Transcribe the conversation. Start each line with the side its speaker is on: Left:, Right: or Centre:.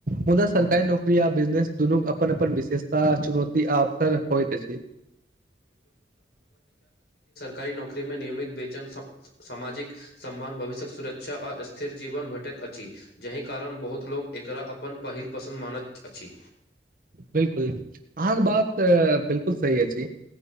Right: मुदा सरकारी नौकरी आ बिजनेस दूनू अपन अपन विशेषता चुनौती आ अवसर होइत अछि
Left: कारी नौकरी मे नियमित वेचन सामाजिक सम्मान भविष्यक सुरक्षा आ स्थिर जीवन भेटत अछि जाहि कारण बहुत लोक एकरा अपन पहिल पसन्द मानत अछि
Right: बिलकुल अहाँके बात बिलकुल सही अछि